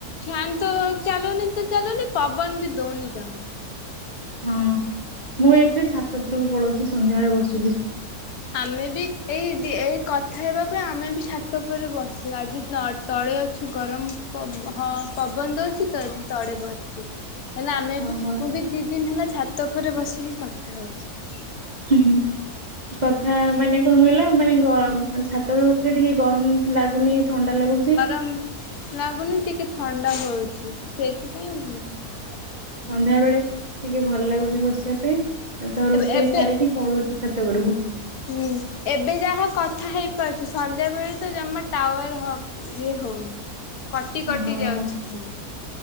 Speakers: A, on the left; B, on the right.
A: ଫ୍ୟାନ ତ ଚାଲୁନି ତ ଚାଲୁନି ପବନ ବି ଦଉନି ଜମା।
B: ହଁ ମୁଁ ଏକରେ ଛାତ ଉପୁରକୁ ପଳଉଛି ସନ୍ଧ୍ୟାବେଳେ ବସୁଛି।
A: ଆମେ ବି ଏଇ ଏଇ କଥା ହେବା ପାଇଁ ଆମେ ବି ସାତ ପରେ ବସିବ ଆଜି ନ ତଳେ ଅଛୁ ଗରମ ପବ ଅ ପବନ ଦଉଛି ତ ତଳେ ବସିଛୁ। ହେଲେ ଆମେ
B: ଓହୋ
A: ବି ମୁଁ ବି ଦି ଦିନ ହେଲା ଛାତ ଉପରେ ବସିକି କଥା ହଉଛି।
B: ହୁଁ, କଥା ମାନେ କଣ କହିଲ ମାନେ ଗ ଛାତ ଉପରେ ଟିକେ ଗରମ ଲାଗୁନି ଥଣ୍ଡା ଲାଗୁଛି।
A: ଅମ୍ ଲାଗୁନି ଟିକେ ଥଣ୍ଡା ହଉଛି, ସେଇଥିପାଇଁ ଆଉ କଣ?
B: ସନ୍ଧ୍ୟା ବେଳେ ଟିକେ ଭଲ ଲାଗୁଛି ବସିବା ପାଇଁ ତ
A: ଏବେ
B: ରୋଷେଇ
A: ଏବେ
B: ସାରିକି ପଳଉଛି ଛାତ ଉପୁରୁକୁ।
A: ହୁଁ ଏବେ ଯାହା କଥା ହେଇ ପାରଛି ସନ୍ଧ୍ୟା ବେଳେ ତ ଜମା ଟାୱାର ହ ଇଏ ହଉନି। କଟି କଟି
B: ଓହୋ
A: ଯାଉଛି ଖାଲି।